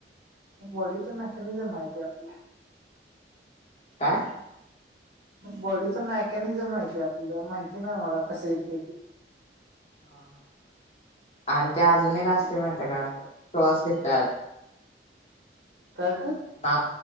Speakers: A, on the right; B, on the left.
A: बॉडीच मॅकॅनिझम आहे ते आपल्या.
B: काय?
A: बॉडीच मॅकॅनिझम आहे आपल्या. माहिती नाही मला कस येतंय ते?
B: हां हां. आणि ते अजुन एक असते माहितीय का? ते असं क्रॉस घेतात.
A: काय त?
B: ना